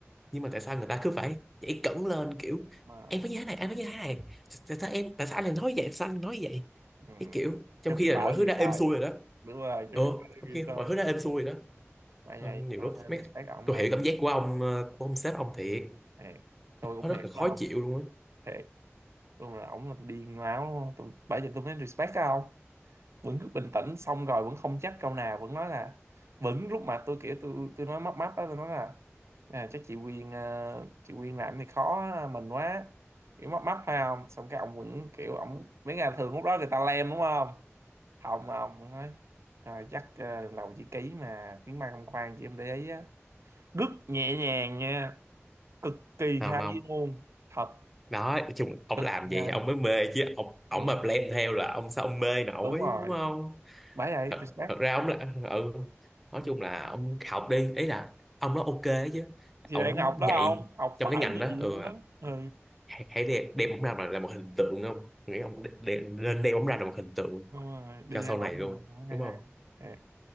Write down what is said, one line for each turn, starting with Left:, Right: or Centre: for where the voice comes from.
Centre: nhưng mà tại sao người ta cứ phải nhảy cẫng lên kiểu
Right: đúng rồi
Centre: em nói như thế này anh nói như thế này tại sao em tại sao anh lại nói vậy tại sao anh nói vậy
Right: ừ.
Centre: cái kiểu trong
Right: trong
Centre: khi
Right: khi
Centre: là
Right: bà
Centre: mọi
Right: là
Centre: thứ
Right: người
Centre: đã êm
Right: sai
Centre: xuôi rồi đó
Right: đúng rồi trong
Centre: ừ
Right: khi bà là
Centre: trong
Right: người
Centre: khi mọi
Right: sai
Centre: thứ đã êm xuôi rồi đó
Right: vậy
Centre: Ờ,
Right: này
Centre: nhiều
Right: tôi
Centre: lúc
Right: à,
Centre: mấy
Right: respect ổng
Centre: tôi
Right: ai
Centre: hiểu cảm giác của ông ờ, của ông sếp ông thiệt
Right: thiệt tôi cũng
Centre: nó rất
Right: thiệt
Centre: là khó
Right: mà không
Centre: chịu luôn á
Right: thiệt tôi là ổng là điên máu luôn tôi bây giờ tôi mới respect ông vẫn cứ bình tĩnh xong rồi vẫn không chắc câu nào vẫn nói là vẫn lúc mà tôi kiểu tôi tôi nói mấp máp á tôi nói là à, chắc chị Quyên ờ, chị Quyên làm thì khó mình quá kiểu mấp máp phải không xong cái ông vẫn kiểu ông mấy ngày thường lúc đó người ta lem đúng không không ông vẫn nói à, chắc ờ, lần đầu chị ký mà tiếng Mai không khoan chị em để ý á rất nhẹ nhàng nha cực kỳ
Centre: không
Right: hay
Centre: không
Right: luôn thật
Centre: đó nói chung ông
Right: cực
Centre: làm
Right: kỳ
Centre: vậy
Right: hay
Centre: thì ông mới mê chứ ông ông
Right: đúng
Centre: mà
Right: rồi
Centre: blame theo là ông sao ông mê nổi
Right: đúng rồi
Centre: đúng không
Right: bái ấy
Centre: thật,
Right: respect
Centre: thật ra ông là ừ nói
Right: Ừ.
Centre: chung là ông học đi ý là ông nói ok chứ
Right: thì
Centre: ông
Right: đang học
Centre: nhạy
Right: đó không học
Centre: trong
Right: phải
Centre: cái ngành đó
Right: nhiều
Centre: ừ
Right: đó ừ
Centre: hãy, hãy đem, đem ông ra mà là một hình tượng không nghĩ ông đe- đe- nên đem ông ra là một hình tượng
Right: đúng rồi đi
Centre: cho sau
Right: học
Centre: này
Right: không
Centre: luôn
Right: hai
Centre: đúng
Right: hay
Centre: không
Right: yeah,